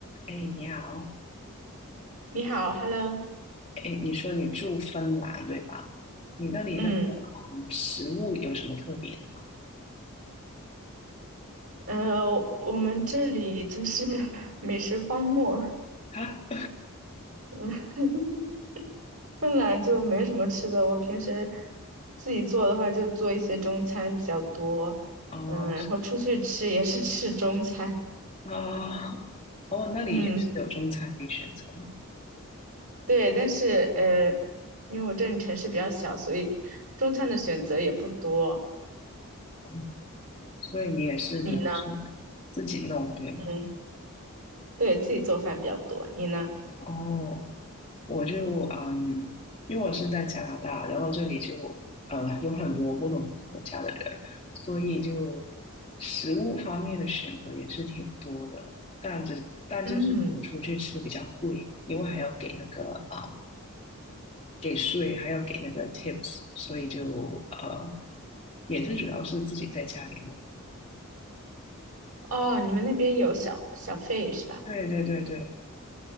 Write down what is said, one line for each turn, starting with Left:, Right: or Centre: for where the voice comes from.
Left: 哎，你好，
Right: 你好，Hello，
Left: 哎，你说你住芬兰对吧？你那里那个
Right: 嗯，
Left: 嗯，食物有什么特别的吗？
Right: 呃，我们这里就是 <laughs> 美食荒漠，
Left: 哈，
Right: <laughs> 芬兰就没什么吃的。我平时自己做的话，就做一些中餐比较多，
Left: <laughs> 哦，
Right: 嗯，然后出去吃也是吃中餐，
Left: 哦，哦，那里也是有中餐可以选择的，
Right: <laughs> 嗯，对。但是呃，因为我这里城市比较小，所以中餐的选择也不多。
Left: 嗯，所以你也是主要是自己弄对吗？
Right: 你呢？嗯，对，自己做饭比较多。你呢？
Left: 哦，我就嗯，因为我是在加拿大，然后这里就呃有很多不同国家的人，所以就食物方面的选择也是挺多的，但只但就是可能出去吃比较贵，
Right: 嗯，
Left: 因为还要给那个啊、给税，还要给那个 tips，所以就呃也是主要是自己在家里弄。
Right: 哦，你们那边有小小费是吧？
Left: 对对对对，